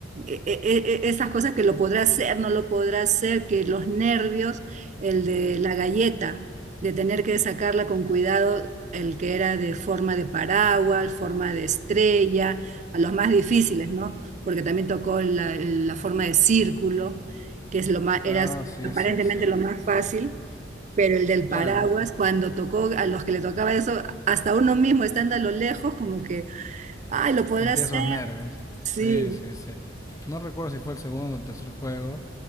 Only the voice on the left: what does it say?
Ah,
oh, sí,
sí, sí.
Claro.
Sentía
esos nervios.
Sí, sí, sí. No recuerdo si fue el segundo o tercer juego.